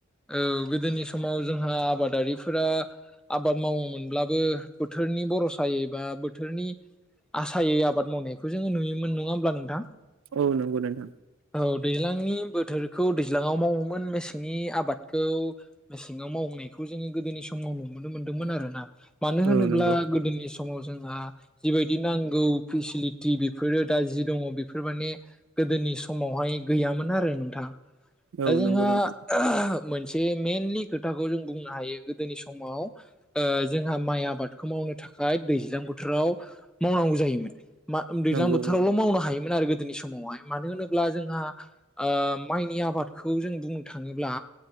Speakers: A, in the centre; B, on the right.
A: औ गोदोनि समाव जोंहा आबादारिफोरा आबाद मावोमोनब्लाबो बोथोरनि बरसायै बा बोथोरनि आसायै आबाद मावनायखौ जोङो नुयोमोन नङा होमब्ला नोंथां
B: औ नोंगौ नोंथां
A: औ दैज्लांनि बोथोरखौ दै दैज्लाङाव मावोमोन मेसेंनि आबादखौ मेसेङाव मावनायखौ जोङो गोदोनि समाव नुनो मोन्दोंमोन आरोना मानो होनोब्ला
B: औ नंगौ
A: गोदोनि समाव जोंहा जिबायदि नांगौ फेसिलिटि बेफोरो दा जि दङ बेफोर माने गोदोनि समावहाय गैयामोन आरो नोंथां
B: औ
A: दा जोंहा
B: नंगौ नोंथां
A: मोनसे मेनलि खोथाखौ जों बुंनो हायो गोदोनि समाव जोंहा माइ आबादखौ मावनो थाखाय दैज्लां बोथोराव मावनांगौ जायोमोन मा दैज्लां
B: नंगौ
A: बोथोरावल'
B: औ
A: मावनो हायोमोन आरो गोदोनि समावहाय मानो होनोब्ला जोंहा ओ माइनि आबाद खौ जों बुंनो थाङोब्ला